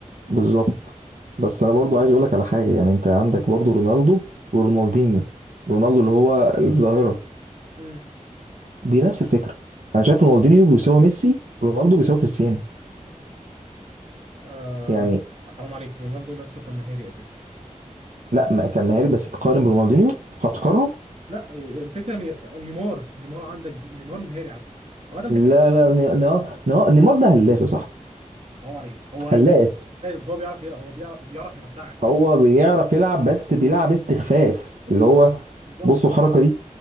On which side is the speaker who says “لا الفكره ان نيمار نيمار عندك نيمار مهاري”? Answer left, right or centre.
Right